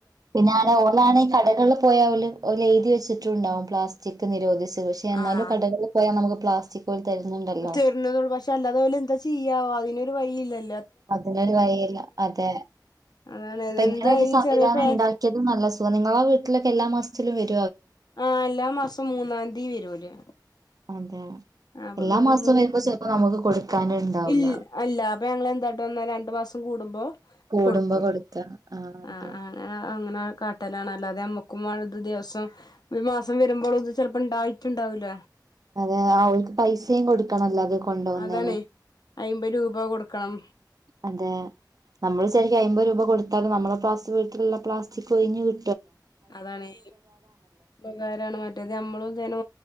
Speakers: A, on the right; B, on the left.
A: പിന്നെ ആള് ഓളാണ് കടകളിൽ പോയാല് എഴുതി വെച്ചിട്ടുണ്ടാകും പ്ലാസ് ചിക്ക് നിരോധിച്ച് പക്ഷെ എന്നാലും
B: ആഹ്
A: കടകളിൽ പോയാൽ നമുക്ക് പ്ലാസ്റ്റിക് ഓല് തരുന്നുണ്ടല്ലോ
B: തരണത് പക്ഷെ അല്ലാതെ ഓല് എന്താ ചെയ്യാ അതിന് വയില്ലല്
A: അതിനൊരു വഴില്ല അതെ
B: അതാണ്
A: ഇപ്പൊ
B: എന്താ
A: ഇങ്ങനെ ഒരു
B: ഈ
A: സംവിധാനം
B: ചെറിയ പേ
A: ഇണ്ടാക്കിയത് നല്ല സുഖം നിങ്ങളെ വീട്ടിലൊക്കെ എല്ലാ മാസ ച്ചാലും വരും
B: ആഹ് എല്ലാ മാസം മൂന്നാതീ വരൂല്
A: അതെ
B: ആഹ് അപ്പൊ
A: എല്ലാ
B: പിന്നെ
A: മാസവും
B: നമ്മള്
A: വരുമ്പോ ചിലപ്പോ നമുക്ക് കൊടുക്കാനുണ്ടാവില്ല
B: ഇൽ അല്ല അപ്പൊ ഞങ്ങള് എന്താട്ട് ന്നേരം രണ്ടു മാസം കൂടുമ്പോ
A: കൂടുമ്പോ
B: കൊടുക്കും
A: കൊടുക്ക ആ അതെ
B: ആഹ് അങ്ങനെ കാട്ടലാണ് അല്ലാതെ നമ്ക്ക <unintelligible> ദിവസം ഒരു മാസം വരുമ്പോള് ഇത് ചെലപ്പോ ഇണ്ടായിട്ടുണ്ടാവൂല
A: അതെ അവർക്ക് പൈസയും കൊടുക്കണല്ലോ അത് കൊണ്ട് പോന്നേന്
B: അതാണ് അയ്മ്പത് രൂപ കൊടുക്കണം
A: അതെ നമ്മള് വിചാരിക്കും അയ്മ്പത് രൂ കൊടുത്താല് നമ്മുടെ പ്ലാസ്റ്റിക് വീട്ടിലുള്ള പ്ലാസ്റ്റിക് ഒഴിഞ്ഞ് കി
B: അതാണേയ് ഉപകാരാണ് മറ്റേത് നമ്മളുംതന്നെ